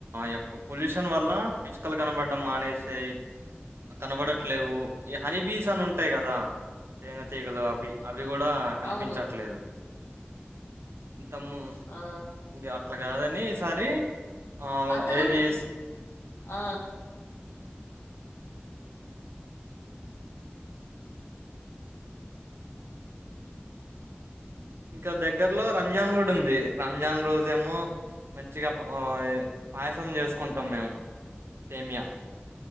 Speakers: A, on the right (about 80°); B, on the left (about 75°).
A: యొక్క పొల్యూషన్ వల్ల పిచ్చుకలు కనబడడం మానేసేయి కనబడట్లేవు ఈ హనీ బీస్ అని ఉంటాయి కదా తేనెతగలు బి అవి అవి కూడా కనిపించట్లేదు
B: అవును
A: తమ్ము
B: ఆ
A: ఇంకా అట్లా కాదని ఈసారి ఆ
B: వాతావరణం
A: ఏది
B: ఆ
A: ఇంకా దగ్గరలో రంజాన్ కూడా ఉంది రంజాన్ రోజేమో మంచిగా పాయసం చేసుకుంటాం మేము సేమియా